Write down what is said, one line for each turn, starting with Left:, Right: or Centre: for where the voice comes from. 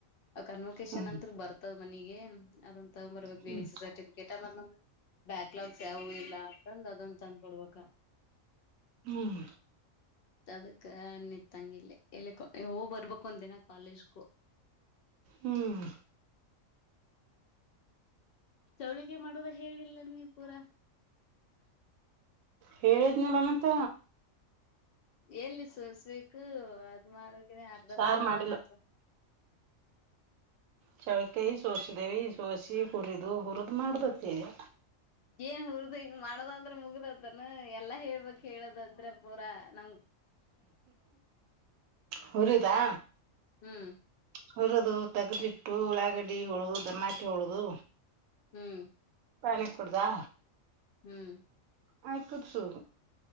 Left: ಕನ್ವೊಕೇಶನ್
Right: ಹ್ಮ್
Left: ಅಂತ ಬರ್ತದ್ ಮನಿಗೆ ಅದನ್ ತಗೊಂಡ್ ಬರ್ಬೇಕ ಬಿ
Right: ಹ್ಮ್
Left: ಿಸಿ ಸರ್ಟಿಫಿಕೇಟ್ ಮ ಬ್ಯಾಕ್ಲಾಗ್ಸ್ ಯಾವು ಇಲ್ಲ ಅಂತಂದ ಅದೊಂದು ತಂದ್ ಕೊೊಡ್ಬೇಕ
Right: ಹ್ಮ್
Left: ಅದಕ್ಕ ನಿತ್ತಂಗಿಲ್ಲ ಇಲ್ಲಿ ಹೋಗ ಬರ್ಬೇಕು ಒಂದ ದಿನ ಕಾಲೇಜ್ಗೂ
Right: ಹ್ಮ್
Left: ಚೌಳಿಕೆ ಮಾಡೋದ ಹೇಳಿಲ್ಲ ನೀವ್ ಪೂರಾ
Right: ಹೇಳೇದ್ನನಲ್ಲ ಮತ್ತ
Left: ಎಲ್ಲಿ ಸಸ್ಬೇಕು ಅದ ಮಾಡಕ್ ಇ ಅರ್ಧಂಬರ್ದ
Right: ಸಾರ್
Left: ಆದದಂಗ
Right: ಮಾಡಿಲ್ಲ
Left: ಅ
Right: ಚೌಳಿಕಾಯ್ ಸೋಸಿದೆ ಸೋಸಿ ಹುರಿದು ಹುರದ್ ಮಾಡಬೇಕು ನೀನು
Left: ಏನ್ ಹರ್ದ ಮಾಡದ ಅಂದ್ರೆ ಮುಗ್ದತನ ಎಲ್ಲಾ ಹೇಳ್ಬೇಕ ಹೇಳದದ್ರ ಪೂರಾ ನಮ
Right: ಹುರಿದಾ
Left: ಹ್ಮ್
Right: ಹುರದು ತಗ್ದಿಟ್ಟು ಉಳ್ಳಾಗಡ್ಡಿ ಹೊಳದು ಟಮಾಟಿ ಹೊಳದು
Left: ಹ್ಮ್
Right: ಪಾನಿ ಕುಡದಾ.
Left: ಹ್ಮ್
Right: ಆಯಕುತ್ಸು.